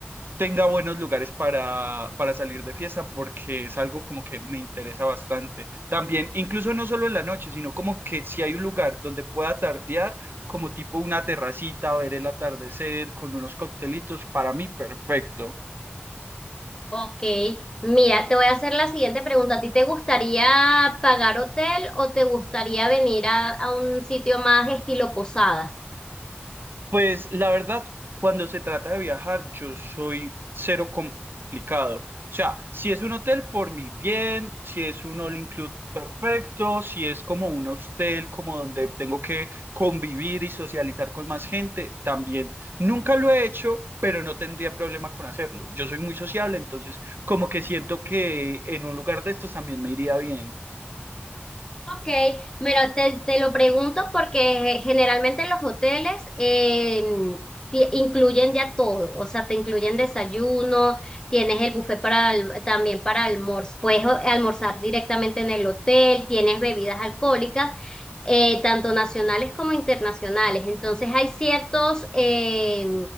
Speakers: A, on the right; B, on the left.
A: tenga buenos lugares para, para salir de fiesta, porque es algo como que me interesa bastante. También, incluso no solo en la noche, sino como que si hay un lugar donde pueda tardear, como tipo una terracita, ver el atardecer con unos coctelitos, para mí perfecto.
B: Ok, mira, te voy a hacer la siguiente pregunta. ¿A ti te gustaría pagar hotel o te gustaría venir a, a un sitio más estilo posada?
A: Pues la verdad, cuando se trata de viajar, yo soy cero complicado. O sea, si es un hotel, por mi bien, si es un all include, perfecto, si es como un hostel, como donde tengo que convivir y socializar con más gente, también. Nunca lo he hecho, pero no tendría problema con hacerlo. Yo soy muy sociable, entonces como que siento que en un lugar de estos también me iría bien.
B: Ok, mira, te, te lo pregunto porque generalmente los hoteles eh, ti- incluyen ya todo, o sea, te incluyen desayuno, tienes el buffet para al- también para almuerzo, puedes o- almorzar directamente en el hotel, tienes bebidas alcohólicas, eh, tanto nacionales como internacionales. Entonces hay ciertos eh,